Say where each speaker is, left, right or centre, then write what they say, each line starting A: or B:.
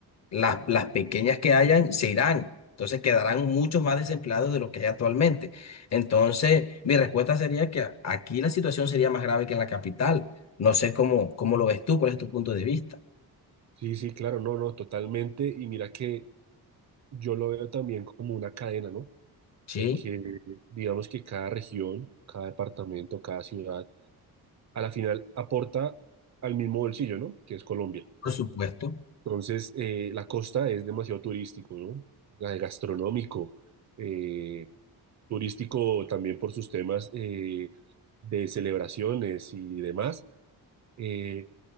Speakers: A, on the left; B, on the right.
A: las, las pequeñas que hayan se irán. Entonces quedarán muchos más desempleados de los que hay actualmente. Entonces, mi respuesta sería que a- aquí la situación sería más grave que en la capital. No sé cómo, cómo lo ves tú, cuál es tu punto de vista.
B: Sí, sí, claro, no, no, totalmente. Y mira que yo lo veo también como una cadena, ¿no?
A: Sí,
B: Porque digamos que cada región, cada departamento, cada ciudad, a la final aporta al mismo bolsillo, ¿no? Que es Colombia.
A: por supuesto.
B: Entonces, eh, la costa es demasiado turístico, ¿no? La- de Gastronómico, eh, turístico también por sus temas eh, de celebraciones y demás. Eh,